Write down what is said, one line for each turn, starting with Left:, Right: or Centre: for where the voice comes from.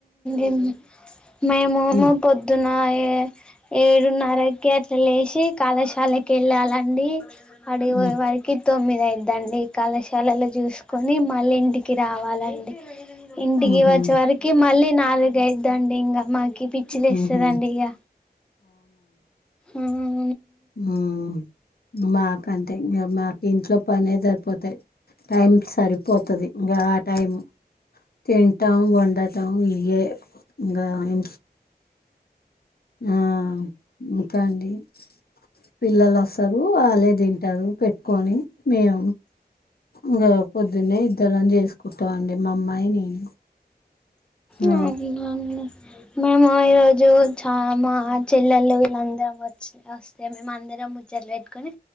Centre: ఉమ్ <unintelligible> మేము
Left: హ్మ్.
Centre: నా పొద్దున్ ఆ ఏ ఏడునరకే అట్లా లేసి కళాశాలకి వెళ్ళాలండి అడి
Left: హ్మ్.
Centre: పోయేవరకే తొమిద్ <unintelligible> దండి కళాశాలలో చూసుకు కానీ మళ్ళీ ఇంటికి రావాలండి ఇన్ టీ
Left: హుహు.
Centre: వచ్చేవారికి మళ్ళీ నాలుగు చేయడండి ఇంగ మాకి ఈ పిచ్చి లేస్తది
Left: హుహు.
Centre: అండి ఇగ ఉమ్
Left: ఉమ్ మాక్ అన్ <unintelligible> మాకి ఇంట్లో పనే సరిపోతడి టైం సరిపోతది ఇంగ ఆ టైం తింటం వండటం ఇయే ఇంగ ఇ ఆ ఇంకా అండి పిల్లలు అసలు అలెథిన్ పెట్టారు పెట్టుకొని మేం ఇగ పొద్దున్నే ఇద్దరం చేసుకుంటాం అండి మా అమ్మాయి నేను ఆ,
Centre: నాక్ ఇవి అని మేము ఈరోజు చ మా చెల్లెళ్లు వీళ్ళందరం వచ్చి వస్తే మేము అందరం ముచ్చట్లు పెట్టుకొని